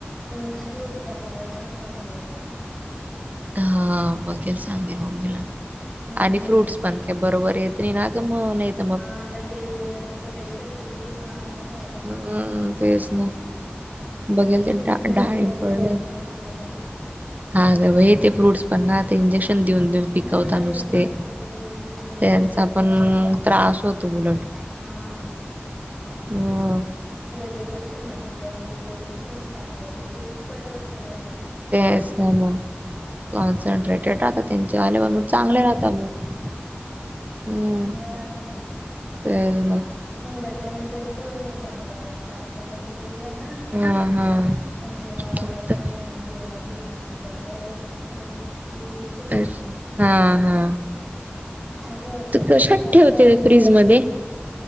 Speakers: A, in the centre; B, on the right.
A: मिक्स फ्रूट ते आणायला सांग मम्मीला.
B: हा बघेल सांगेल मम्मीला
A: हम्म
B: आणि फ्रूट्स पण बरोबर येत नाही ना का म
A: हा मग ते त्याच्यापेक्षा ज्यूसच मागून खायचं.
B: हम्म तेच ना बघेल ते
A: फ्रूट्सचं
B: ड डाळींब
A: बी काही खरं
B: पडलंय.
A: नाही राहत ग बाई
B: आंग बाई ते फ्रूट्स पण ना आता इंजेक्शन देऊन देऊन
A: हम्म
B: पिकवता नुसते.
A: मस्त ते घेऊन घेऊन देऊन
B: त्यांचा
A: पिकवता
B: पण त्रास होतो उलट
A: हा.
B: हंम
A: त्याच्या पेक्षा म त्यांचे ते इसेन्स टाकले ते ज्यूस परवडतात याच्यापेक्षा
B: तेच तर ना, कॉन्सन्ट्रेटेड राहता त्यांचे आले म्हणून चांगले
A: हम्म
B: राहता मग हं,
A: चांगले राहतना
B: तेच ना.
A: त्याच्याने तरी थोडं चांगला वाटत आता मी ते पिलं ना
B: हां, हां.
A: इंगेंगो आवातो
B: कोणतं?
A: आणि तेयाज नक मागव लो त्या प्पनी <unintelligible> निजेच <unintelligible>
B: अ हा हा
A: थोडस
B: कशात
A: चांगलं
B: ठेवते फ्रीज मध्ये